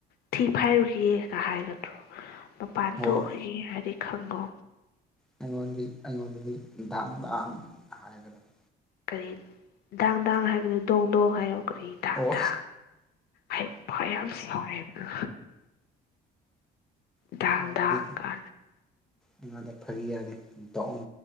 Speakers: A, on the left; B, in the centre.
A: ꯊꯤ ꯐꯥꯏꯔꯨꯒ ꯀ ꯍꯥꯏꯒꯠꯇ꯭ꯔꯣ ꯃꯄꯥꯟ
B: ꯑꯣ
A: ꯊꯣꯛꯎꯏ ꯍꯥꯏꯗꯤ ꯈꯪꯉꯣ
B: ꯑꯩꯉꯣꯟꯗꯤ ꯑꯩꯉꯣꯟꯗꯗꯤꯗꯥꯥꯡꯗꯥꯡ ꯍꯥꯏꯒꯗꯕ
A: ꯀꯔꯤ ꯗꯥꯥꯡ ꯗꯥꯥꯡ ꯍꯥꯏꯒꯅꯤ ꯗꯣꯡ ꯗꯣꯡ ꯍꯥꯏꯌꯣ ꯀꯔꯤ ꯊꯥꯡꯗ
B: ꯑꯣ
A: ꯍꯩꯄ ꯌꯥꯝ ꯁꯥꯎꯋꯦꯗꯅ
B: ꯑꯩꯉꯣꯟꯗꯗꯤ
A: ꯗ ꯗꯒ
B: ꯑꯩꯉꯣꯟꯗ ꯐꯔꯤ ꯌꯥꯗꯦ ꯗ ꯍꯥꯏ